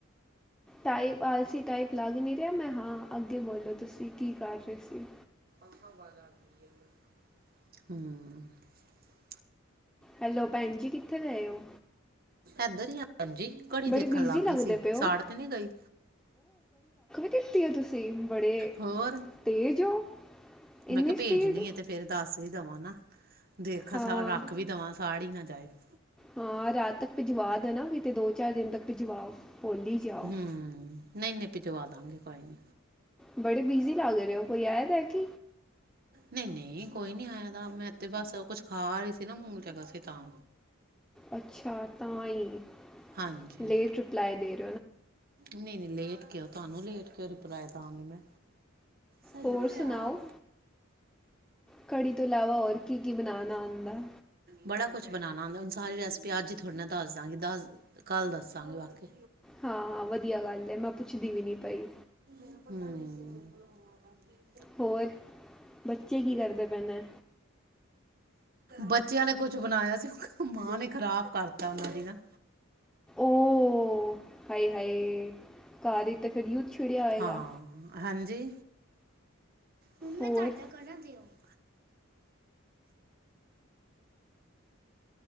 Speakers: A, in the centre; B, on the right (about 45°).
A: ਟਾਈਪ ਆਲਸੀ ਟਾਈਪ ਲੱਗ ਨਹੀਂ ਰਿਹਾ ਮੈਂ ਹਾਂ ਅੱਗੇ ਬੋਲੋ ਤੁਸੀਂ ਕੀ ਕਰ ਰਹੇ ਸੀ
B: <inaudible> <inaudible>
A: ਹੈਲੋ ਭੈਣ ਜੀ ਕਿੱਥੇ ਗਏ ਹੋ
B: ਏਧਰ ਹੀ ਆ ਜੀ ਕੜੀ
A: ਬੜੇ
B: ਦੇਖਣ
A: ਬਿਜ਼ੀ
B: ਲੱਗ
A: ਲੱਗਦੇ
B: ਗਈ ਸੀ
A: ਪਏ ਹੋ
B: ਸਾੜ ਤੇ ਨੀ ਗਈ
A: ਕੀਤੀ ਹੈ ਤੁਸੀਂ ਬੜੇ
B: ਹੋਰ
A: ਤੇਜ਼ ਹੋ
B: ਮੈਂ
A: ਇੰਨੀ
B: ਕਿਹਾ
A: ਸਪੀਡ
B: ਭੇਜਣੀ ਆ ਤੇ ਫੇਰ ਦੱਸ ਵੀ ਦੇਵਾਂ ਨਾ ਦੇਖ
A: ਹਾਂ
B: ਰੱਖ ਵੀ ਦਵਾਂ ਸਾੜੀ ਨਾ ਚਾਇ <inaudible>
A: ਹਾਂ ਰਾਤ ਤੱਕ ਭਿਜਵਾ ਦੇਣਾ ਕਿਤੇ ਦੋ ਚਾਰ ਦਿਨ ਤੱਕ ਭਿਜਵਾਓ ਖੋਲੀ ਜਾਓ
B: ਹੂੰ ਨਹੀਂ ਨਹੀਂ ਭਿਜਵਾ ਦਾਂਗੇ ਕੋਈ ਨਹੀਂ
A: ਬੜੇ ਬਿਜ਼ੀ ਲਾ ਰਹੇ ਹੋ ਕੋਈ ਆਏ <inaudible>
B: ਨਹੀਂ ਨਹੀਂ ਕੋਈ ਨੀ ਆਇਆ ਤ ਮੈਂ ਤੇ ਬਸ ਕੁਛ ਖਾ ਰਹੀ ਸੀ ਨਾ ਮੂ ਚ ਹੈਗਾ ਸੀ ਤਾਂ
A: ਅੱਛਾ ਤਾਂ ਹੀ
B: ਹਾਂਜੀ
A: ਲੇਟ ਰਿਪਲਾਈ ਦੇ <inaudible>
B: ਨਹੀਂ ਨਹੀਂ ਲੇਟ ਕਿਉਂ ਤੁਹਾਨੂੰ ਲੇਟ ਕਿਉ ਰਿਪਲਾਏ ਦਵਗੇ ਮੈਂ ਸਹੀ
A: ਹੋਰ
B: ਤੇ
A: ਸੁਣਾਓ
B: ਆ
A: ਕੜੀ ਤੋਂ ਇਲਾਵਾ ਹੋਰ ਕੀ ਕੀ ਬਣਾਣਾ ਆਉਂਦਾ
B: ਬੜਾ ਕੁਛ ਬਣਾਉਣਾ ਹੁੰਦਾ ਹੁਣ ਸਾਰੀ ਰੈਸਿਪੀ ਅੱਜ ਹੀ ਤੁਹਾੜਡੇ ਨਾਲ ਦੱਸ ਦਾਂਗੇ ਦੱਸ ਕੱਲ ਦੱਸਾਂਗੇ ਵਾਕਿ
A: ਹਾਂ ਹਾਂ ਵਧੀਆ ਗੱਲ ਹੈ ਮੈਂ ਪੁੱਛਦੀ ਵੀ ਨੀ ਪਈ
B: ਹਮ।
A: ਹੋਰ ਬੱਚੇ ਕੀ ਕਰਦੇ ਪਏ ਨੇ
B: ਬੱਚਿਆਂ ਨੇ ਕੁਛ ਬਣਾਇਆ ਸੀ ਮਾਂ ਨੇ ਖ਼ਰਾਬ ਕਰਤਾ ਉਹਨਾਂ ਦੀ ਨਾ
A: ਓਹਹਾਏ ਹਾਏ ਕਾਰ ਹੀ ਤੇ ਫਿਰ ਛਿੜਿਆ ਹੋਏਗਾ
B: ਹਾਂ ਹਾਂਜੀ, ਮੰਮਾ
A: ਹੋਰ
B: ਤੁਹਾਡਾ ਕੜਾ ਦਿਓ <inaudible>